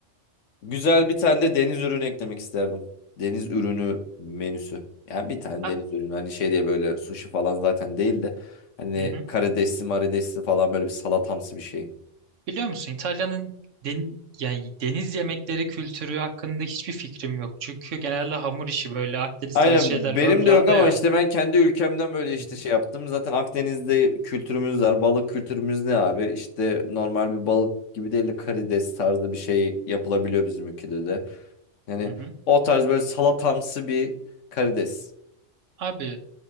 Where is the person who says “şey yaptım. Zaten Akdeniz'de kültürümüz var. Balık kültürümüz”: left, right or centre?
Left